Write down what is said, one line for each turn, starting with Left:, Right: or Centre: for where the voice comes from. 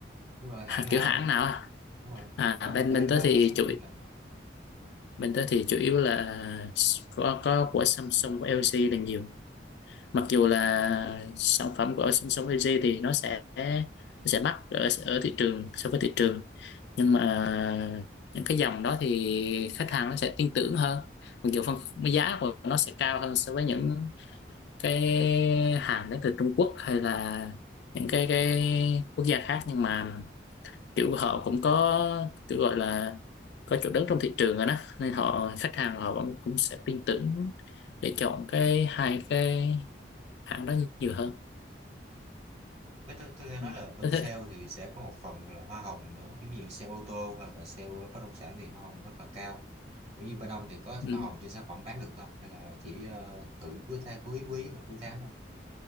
Right: đúng rồi
Left: Hả,
Right: hãng nào
Left: kiểu hãng
Right: ấy,
Left: nào à?
Right: đúng rồi. Kiểu
Left: À,
Right: tôi
Left: bên
Right: cũng có
Left: bên
Right: hay mua
Left: tớ thì
Right: mấy sản
Left: chủ
Right: phẩm điện lạnh.
Left: bên tớ thì chủ yếu là có có của Samsung của LG là nhiều. Mặc dù là sản phẩm của Samsung LG thì nó sẽ nó sẽ mắc ở ở thị trường so với thị trường nhưng mà những cái dòng đó thì khách hàng nó sẽ tin tưởng hơn. Mặc dù phân giá của nó sẽ cao hơn so với những cái hàng đến từ Trung Quốc hay là những cái cái quốc gia khác nhưng mà kiểu họ cũng có kiểu gọi là có chỗ đứng trong thị trường rồi đó nên họ khách hàng họ vẫn cũng sẽ tin tưởng để chọn cái hai cái hãng đó nhiều hơn
Right: Với tôi, tôi nghe nói
Left: Ừ.
Right: là bên
Left: thế
Right: sale
Left: thế-
Right: thì sẽ có một phần là hoa hồng nữa. Ví dụ sale ô tô hoặc là sale bất động sản thì hoa hồng rất là cao. Ví dụ bên ông thì có
Left: ừ.
Right: hoa hồng trên sản phẩm bán được không? Hay là chỉ ờ, thưởng cuối tháng cuối quý và cuối tháng thôi?